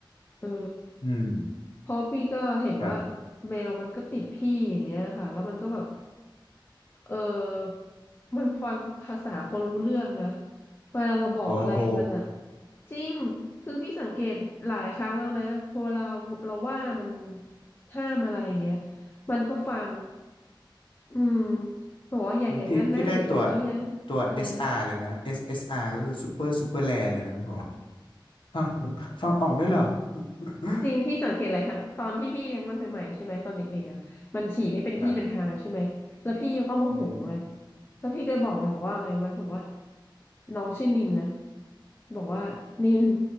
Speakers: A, on the left; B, on the left.
A: เออ
B: อืม
A: เพราะพี่ก็เห็นว่า
B: ครับ
A: แมวมันก็ติดพี่อย่างเงี้ยค่ะแล้วมันก็แบบเออมันฟังภาษาคนรู้เรื่องนะ เวลาเราบอกอะไรมันอะ
B: โอ้โห
A: จริงคือพี่สังเกตหลายครั้งแล้วนะพอเราเราว่ามันห้ามอะไรอย่างเงี้ยมันก็ฟังอืมบอกว่าอย่าอย่างนั้นนะอย่าอย่างนี้นะ
B: พี่พี่ได้ตัวตัว
A: อะไรนะ
B: SR เลยนะ SSR ก็คือ Super Super Rare เลยนะผมฟังฟังออกด้วยเหรอ <laughs>
A: จริงพี่สังเกตหลายครั้งตอนที่พี่เลี้ยงมันใหม่ๆใช่ไหมตอนเด็กๆอ่ะมันฉี่ไม่เป็นที่เป็นทางใช่ไหมแล้วพี่ก็โมโหไง
B: ครับอืม
A: แล้วพี่ก็บอกมันบอกว่าไงไหมบอกว่าน้องชื่อนินนะบอกว่านิน